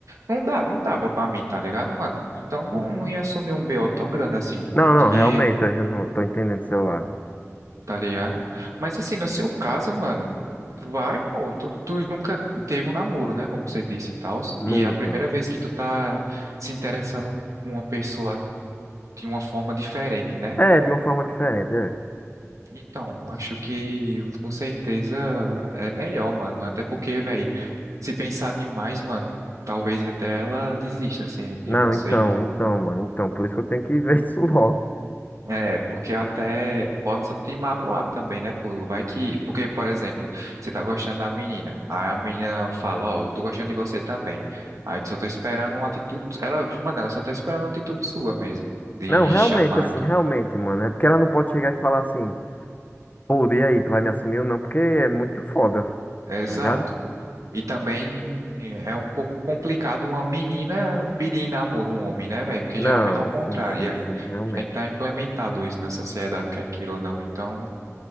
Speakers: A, on the right; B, on the left.
A: não dá, não dava pra mim, tá ligado, mano? Então não,
B: Uhum.
A: não ia assumir um BO tão grande assim,
B: Não,
A: pô, porque,
B: não, realmente, eu já não tô entendendo do seu lado.
A: tá ligado? Mas assim, no seu caso, mano, vai, pô, tu, tu nunca teve um namoro, né, como você disse e tal,
B: Nunca.
A: e é a primeira vez que tu tá se interessando com uma pessoa de uma forma diferente, né?
B: É, de uma forma diferente, é.
A: Então, acho que com certeza é melhor, mano. Até porque, velho, se pensar demais, mano, talvez até ela desista, assim, de
B: Não,
A: você
B: então,
A: e tal,
B: então,
A: né?
B: mano, então, por isso que eu tenho que ver <laughs> isso logo.
A: É, porque até pode só te magoar também, né? Pô, vai que. Porque, por exemplo, você tá gostando da menina. Aí a menina fala, ó, eu tô gostando de você também. Aí tu só tô esperando uma atitude. Ela, mano, ela só tá esperando uma atitude sua mesmo. De
B: Não, realmente,
A: chamar
B: assim,
A: e tal.
B: realmente, mano, é porque ela não pode chegar e falar assim, pô, e aí, tu vai me assumir ou não? Porque é muito foda,
A: Exato.
B: tá ligado?
A: E também é um pouco complicado uma menina pedir em namoro um homem, né, velho? Porque
B: Não,
A: geralmente é o contrário.
B: sim, sim,
A: E é-
B: sim, realmente,
A: Já está implementado isso na sociedade, quer queira ou não. Então,